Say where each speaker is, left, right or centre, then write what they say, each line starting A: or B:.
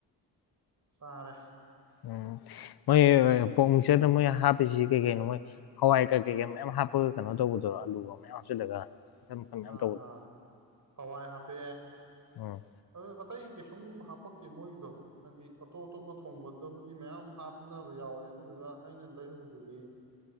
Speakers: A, on the right; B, on the left.
A: ꯆꯥꯔꯦ
B: ꯎꯝ ꯃꯣꯏ ꯄꯣꯛ ꯃꯤꯡꯆꯔꯗ ꯃꯣꯏ ꯍꯥꯞꯄꯤꯁꯤ ꯀꯩ ꯀꯩꯅꯣ ꯃꯣꯏ ꯍꯋꯥꯏ ꯀꯥ ꯀꯩꯀꯥ ꯃꯌꯥꯝ ꯍꯥꯞꯄꯒ ꯀꯩꯅꯣ ꯇꯧꯕꯗꯨꯔꯣ ꯑꯂꯨꯒ ꯃꯌꯥꯝ ꯍꯥꯞꯆꯤꯜꯂꯒ ꯃꯈꯟ ꯃꯈꯟ ꯃꯌꯥꯝ
A: ꯑꯥ
B: ꯇꯧꯕꯗꯣ
A: ꯑꯥ ꯍꯋꯥꯏ ꯍꯥꯞꯄꯦ
B: ꯎꯝ
A: ꯑꯗ ꯑꯇꯩ ꯀꯩꯁꯨꯝ ꯍꯥꯞꯄꯛꯇꯦ ꯃꯣꯏꯒꯤꯗꯣ ꯍꯥꯏꯗꯤ ꯑꯇꯣꯞ ꯑꯇꯣꯞꯄ ꯊꯣꯡꯕꯗꯕꯨꯗꯤ ꯃꯌꯥꯝ ꯍꯥꯞꯅꯕ ꯌꯥꯎꯋꯦ ꯑꯗꯨꯗꯨꯒ ꯑꯩꯅ ꯂꯩꯔꯨꯕꯗꯨꯗꯤ <inaudible>